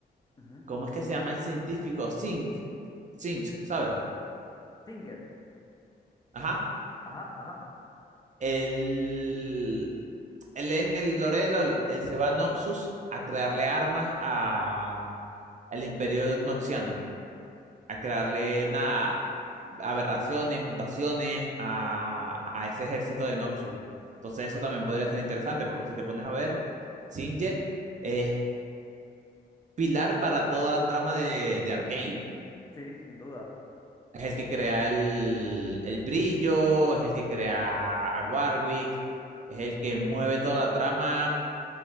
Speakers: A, on the left (about 25°); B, on the right (about 45°).
A: Ujú.
B: ¿Cómo es que se llama el científico? Zinc. Zinch, ¿sabes?
A: Tinket.
B: Ajá.
A: Ajá, ajá.
B: Él, él en el lore de LOL, él se va a Noxus a crearle armas a, al Imperio Noxiano, a crearle nada, aberraciones, mutaciones a, a ese ejército de Noxus. Entonces eso también podría ser interesante, porque si te pones a ver, Singed es pilar para toda la trama de, de Arcane.
A: Sí, sin duda.
B: Es el que crea el, el brillo, es el que crea a Warwick, es el que mueve toda la trama